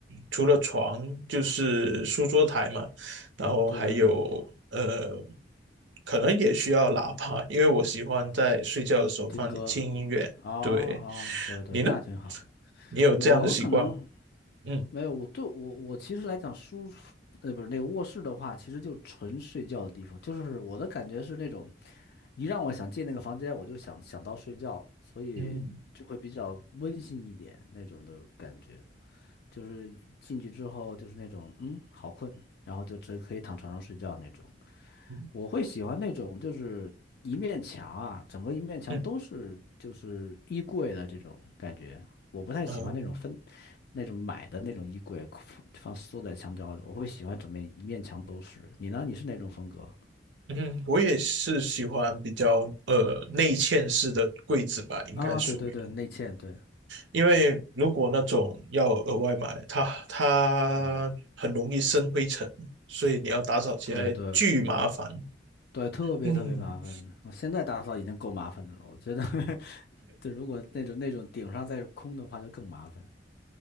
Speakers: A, on the right; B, on the left.
A: 除了床就是书桌台嘛，
B: 嗯，
A: 然后还有呃，
B: 对对对，
A: 可能也需要喇叭，因为我喜欢在睡觉的时候放点轻音乐。
B: 听歌，哦哦，
A: 对，
B: 对对，
A: 你呢？
B: 那挺好的。
A: 你有这样的习惯吗？
B: 我可能
A: 嗯
B: 没有，我对我我其实来讲书，呃，不是那个卧室的话，其实就纯睡觉的地方。就是我的感觉是那种，一让我想进那个房间，我就想想到睡觉，所以就会比较温馨一点那种的感觉。
A: 嗯
B: 就是进去之后就是那种，嗯，好困，然后就只可以躺床上睡觉那种。
A: 嗯
B: 我会喜欢那种就是一面墙啊，整个一面墙都是就是衣柜的这种感觉。
A: 嗯
B: 我不太喜欢那种分
A: 嗯
B: 那种买的那种衣柜放缩在墙角里，我会喜欢整面一面墙都是。你呢？你是哪种风格？
A: 嗯，我也是喜欢比较呃内嵌式的柜子吧，应该属于。
B: 啊，对对对，内嵌，对
A: 因为如果那种要额外买，它它很容易生灰尘，
B: 嗯，
A: 所以你要打扫起来巨麻烦。
B: 对对对，特别特别麻烦。
A: 嗯，
B: 我现在打扫已经够麻烦的了，我觉得 <laughs> 就如果那种那种顶上再是空的话，就更麻烦。